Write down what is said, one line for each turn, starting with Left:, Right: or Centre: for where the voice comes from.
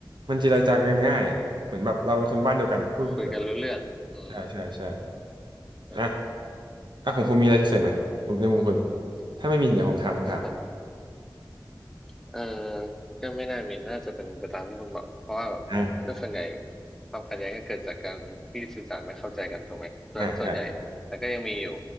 Right: มันเจรจากันง่ายอ่ะเหมือนแบบเราเป็นคนบ้านเดียวกันอ่ะพูดภาษาเดียวกัน
Centre: คุยกันรู้เรื่องอืม
Right: ใช่ใช่ใช่
Centre: ใช่
Right: อ่ะอ่ะของคุณมีอะไรจะเสริมไหมผมในมุมคุณถ้าไม่มีเดี๋ยวผมถามผมถาม
Centre: อืมผม เออก็ไม่น่ามีน่าจะเป็นไปตามที่คุณบอกเพราะว่าแบบก็ส่วนใหญ่
Right: อ่า
Centre: ความขัดแย้งก็เกิดจากการที่สื่อสารไม่เข้าใจกันถูกไหมส่วนส่วนใหญ่แต่ก็ยังมีอยู่
Right: อ่าใช่